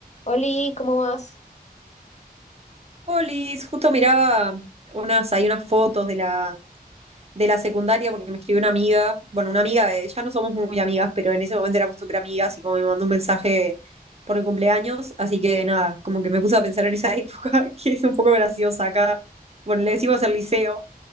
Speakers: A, on the left; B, on the right.
A: Oli, ¿cómo vas?
B: Polis, justo miraba unas, hay unas fotos de la, de la secundaria porque me escribió una amiga, bueno, una amiga, eh, ya no somos muy amigas, pero en ese momento éramos súper amigas y como me mandó un mensaje por el cumpleaños, así que nada, como que me puse a pensar en esa <laughs> época, que es un poco graciosa acá, bueno, le decimos el liceo